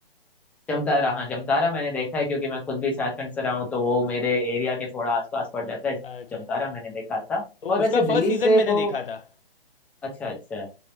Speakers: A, in the centre; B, on the left.
A: जमतारा हाँ जमतारा मैंने देखा है क्योंकि मैं खुद भी झारखंड से रहा हूँ तो वो मेरे एरिया के थोड़ा आसपास पड़ जाता है
B: अच्छा
A: जमतारा मैंने देखा था
B: तो
A: और वैसे
B: उसका
A: दिल्ली
B: फर्स्ट सीजन
A: से वो
B: मैंने देखा था
A: अच्छा अच्छा